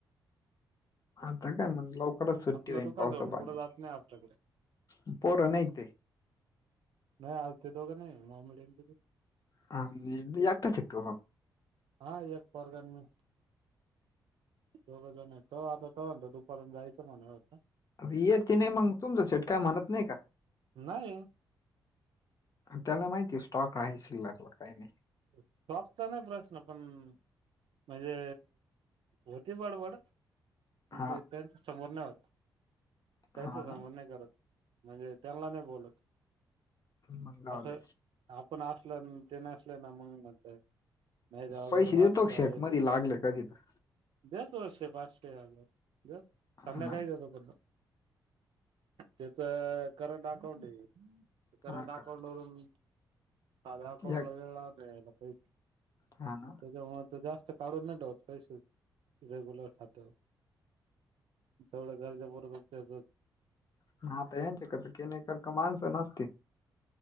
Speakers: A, on the left; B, on the right.
A: आता काय म्हण लवकरच सुट्टी
B: आपलं
A: होईल
B: दुकान
A: पावसा
B: सोडून
A: पाण्याची
B: कुठं जात नाही आपल्याकडे
A: पोरं नाहीक ते
B: नाही आलते दोघं नाही मोमेडियन
A: हा मी एकटाच शिकतो मगं
B: हा एक पोरगा अन् मी दोघेजण तो आता दुपारून जायचं म्हणत होता.
A: येती नाही मगं तुमचं शेठ काय म्हणत नाही का?
B: नाही
A: त्याल माहिती स्टॉक आहे शिल्लक काही नाही.
B: स्टॉकचा नाही प्रश्न पण म्हणजे होती बड बड प
A: हा
B: ते त्यांच समोर नाही होतं त्यांच
A: हा
B: समोर
A: ना
B: नाही करत म्हणजे त्यांना नाही बोलत
A: मग जाऊ
B: अस
A: दे
B: आपण असल ते मंग म्हणतय नाही तेव्हा
A: पैसे
B: गरज असेल
A: देतो
B: तेव्हा
A: शेट
B: येतील.
A: मध्ये लागले कधी तर
B: दे दोनशे, पाचशे, हजार दे संध्याकाळी
A: हा ना
B: देतो तुला तेच करंट अकाउंट ए करंट
A: हा का
B: अकाउंट वरुन साद्या अकाउंटला
A: एक
B: <unintelligible> त्याच्यामुळे
A: हा ना
B: ते जास्त काढून नाही ठेवत पैसे रेग्युलर खात्यावर तेवढ गरज पुरतच त्यांचं
A: <unintelligible> माणसं नसतीत